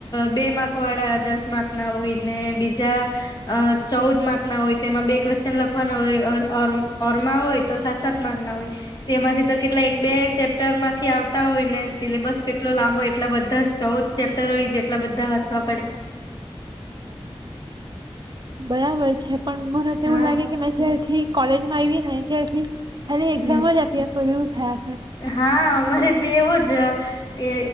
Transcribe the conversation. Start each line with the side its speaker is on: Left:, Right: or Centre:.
Left: બે માર્ક વાળા દસ માર્કના હોય ને બીજા અ ચૌદ માર્કના હોય તેમાં બે ક્વેશચન લખવાના હોય અર અરુણ ઓરમા હોય તો સાત સાત માર્ક ના હોય. તેમાંથી તો કેટલા એક બે ચેપ્ટરમાંથી આવતા હોય ને સિલેબસ કેટલો લાંબો એટલા બધા ચૌદ ચેપ્ટર હોય જેટલા બધા વાંચવા પડે.
Right: બરાબર છે. પણ મને તેવું
Left: હા
Right: લાગે કે મેં જ્યારથી કોલેજમાં આયવીને ત્યારથી ખાલી એક્ષામજ
Left: હમ
Right: આપ્યા પર્યુ થા.
Left: હા. મારે બી એવુજ એ